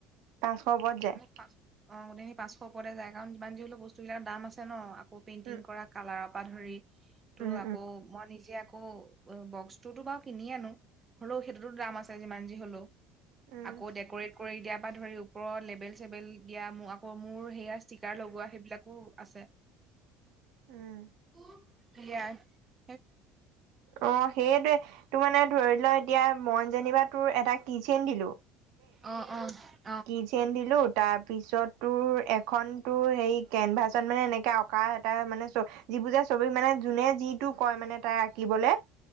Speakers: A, on the right (about 75°); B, on the right (about 25°).
A: পাঁচশ ও পৰত যায়
B: মানে পাঁচ অ গোটেইখিন পাঁচশ ওপৰতে যায় কাৰণিমান যি হলেও বস্তুবলাক দাম আছে ন আকৌ পেইণ্টিং
A: উম,
B: কৰা কালাৰৰ। ধৰি
A: উম,
B: তো আকৌ মই নিজে আকৌ বক্সটোতো বাৰু কিনি আনো হলেও সেইটোতো দাম আছে যিমান যি হলেও।
A: উম।
B: আকৌ ডেক'ৰেট কৰি দিয়া পৰা ধৰি ওপৰৰ লেবেল চেবেল দিয়া মোক আকৌ মোৰ হেয়াৰ ষ্টিকাৰ লগোৱা সেইবিলাকো আছে।
A: উম।
B: সয়াৰ <unintelligible>
A: অ', সেইটোৱে তোৰ মানে ধৰি লোৱা এতিয়া মইন যেনিবা তোৰ এটা কিচেন দিলো।
B: অ', অ',।
A: কি চেন দিলো। তাৰ পিছত তোৰ এখন তোৰ হে কেনভাচত মানে এনেকে অঁকা এটা মানে চ। যিিবুজা ছবি মানে যোনে যিটো কয় মানে তাই আঁকিবলে।